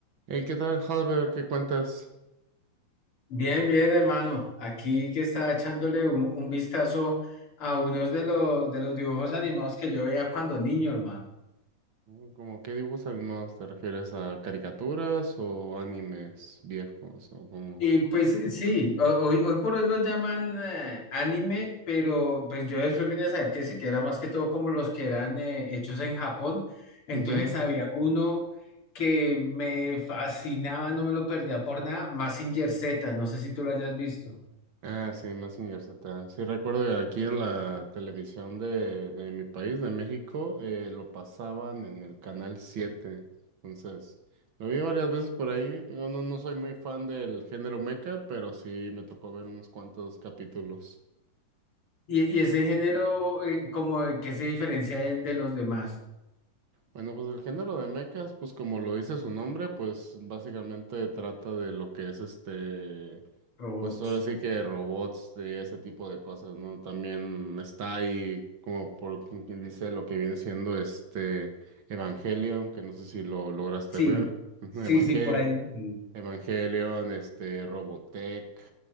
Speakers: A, on the right; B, on the left.
A: Hey, ¿qué tal, Halber? ¿Qué cuentas?
B: Bien, bien, hermano. Aquí que estaba echándole un, un vistazo a unos de los, de los dibujos animados que yo veía cuando niño, hermano.
A: Mm, ¿Cómo qué dibujos animados te refieres a caricaturas o animes viejos o cómo?
B: Y pues sí, ho- hoy, hoy por hoy lo llaman eh, anime, pero pues yo después vine a saber que sí, que era más que todo como los que eran eh, hechos en Japón. Entonces
A: Ujú.
B: había uno que me fascinaba, no me lo perdía por nada, Mazinger Z, no sé si tú lo hayas visto.
A: Ah, sí, Mazinger Z. Sí, recuerdo que aquí en la televisión de, de mi país, de México, eh, lo pasaban en el canal 7. Entonces, lo vi varias veces por ahí. Digo, no, no soy muy fan del género mecha, pero sí me tocó ver unos cuantos capítulos.
B: Y, y ese género, eh, como en qué se diferencia del de los demás
A: Bueno, pues el género de mechas, pues como lo dice su nombre, pues básicamente trata de lo que es este,
B: robots.
A: pues ahora sí que robots, de ese tipo de cosas, ¿no? También está ahí, como por quien dice, lo que viene siendo este Evangelion, que no sé si lo lograste
B: Sí,
A: ver. Ujú,
B: sí,
A: Evangel
B: sí, por ahí. mm.
A: Evangelion, este, Robotech,